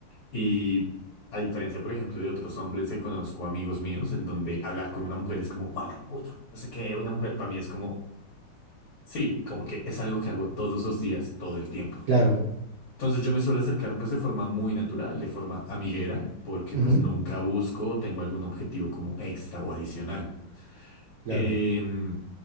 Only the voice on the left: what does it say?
Y a diferencia, por ejemplo, de otros hombres que conozco, amigos míos, en donde hablar con una mujer es como, wow, una- no sé qué, una mujer para mí es como, sí, como que es algo que hago todos los días, todo el tiempo.
Entonces yo me suelo acercar pues de forma muy natural, de forma amiguera, porque
pues nunca busco, o tengo algún objetivo como extra o adicional.
Em,